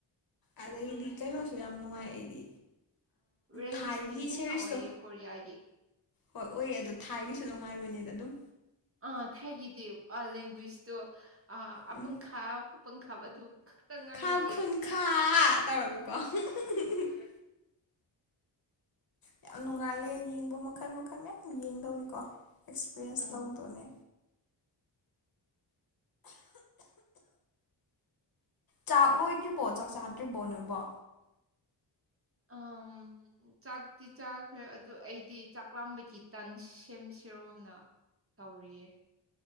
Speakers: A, on the left; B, on the right.
A: ꯑꯗꯩꯗꯤ ꯀꯩꯅꯣꯁꯨ ꯌꯥꯝ ꯅꯨꯡꯉꯥꯏ ꯑꯩꯗꯤ
B: ꯔꯦꯂꯤꯁꯇꯤꯛ
A: ꯊꯥꯏꯒꯤ
B: ꯍꯦꯟꯅ
A: ꯁꯦꯔꯤꯁꯇꯣ
B: ꯑꯣꯏꯌꯦ ꯀꯣꯔꯤꯌꯥꯒꯤ
A: ꯍꯣꯏ ꯑꯣꯏꯌꯦ ꯑꯗꯣ ꯊꯥꯏꯒꯤꯁꯨ ꯅꯨꯡꯉꯥꯏꯕꯅꯦꯗ ꯑꯗꯨꯝ
B: ꯑꯥ ꯊꯥꯏꯒꯤꯗꯤ ꯂꯦꯡꯒ꯭ꯋꯦꯖꯇꯣ ꯑꯄꯪꯈꯥ
A: ꯎꯝ
B: ꯄꯪꯈꯥꯕ ꯑꯗꯨ ꯉꯥꯡꯕꯒꯤ
A: ꯈꯥꯎ ꯈꯨꯟ ꯈꯥ ꯇꯧꯔꯒꯀꯣ <unintelligible> ꯌꯥꯝ ꯅꯨꯡꯉꯥꯏꯌꯦ ꯌꯦꯡꯕ ꯃꯈꯜ ꯃꯈꯜ ꯃꯌꯥꯝ ꯌꯦꯡꯗꯧꯅꯤꯀꯣ ꯑꯦꯛꯁꯄꯤꯔꯤꯌꯦꯟꯁ
B: ꯎꯝ
A: ꯂꯧꯗꯧꯅꯦ ꯆꯥꯛ ꯂꯣꯏꯗ꯭ꯔꯤꯕꯣ ꯆꯥꯛ ꯆꯥꯗ꯭ꯔꯤꯕꯣ ꯅꯣꯏꯕꯣ
B: ꯑꯝ ꯆꯥꯛꯇꯤ ꯆꯥꯈ꯭ꯔꯦ ꯑꯗꯨ ꯑꯩꯗꯤ ꯆꯥꯛ ꯂꯥꯝꯕꯒꯤ ꯇꯟ ꯁꯦꯝꯁꯤꯔꯣꯅ ꯇꯧꯔꯤꯌꯦ